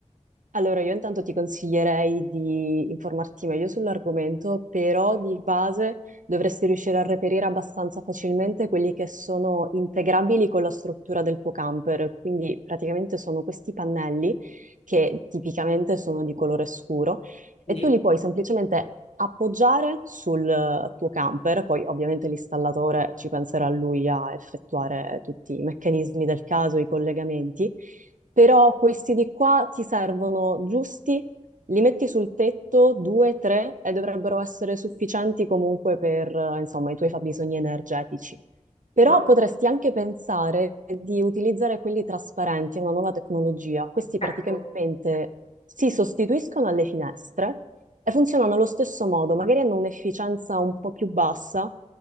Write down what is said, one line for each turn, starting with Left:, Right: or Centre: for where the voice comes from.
Right: Allora, io intanto ti consiglierei di informarti meglio sull'argomento, però di base dovresti riuscire a reperire abbastanza facilmente quelli che sono integrabili con la struttura del tuo camper. Quindi praticamente sono questi pannelli che tipicamente sono di colore scuro
Left: Sì,
Right: e tu li puoi semplicemente appoggiare sul eh, tuo camper, poi ovviamente l'installatore ci penserà lui a effettuare tutti i meccanismi del caso, i collegamenti. Però questi di qua ti servono giusti, li metti sul tetto, due, tre, e dovrebbero essere sufficienti comunque per, eh, insomma, i tuoi fabbisogni energetici. Però
Left: ma
Right: potresti anche pensare di utilizzare quelli trasparenti, è una nuova tecnologia. Questi praticamente
Left: ecco,
Right: si sostituiscono alle finestre e funzionano allo stesso modo, magari hanno un'efficienza un po' più bassa,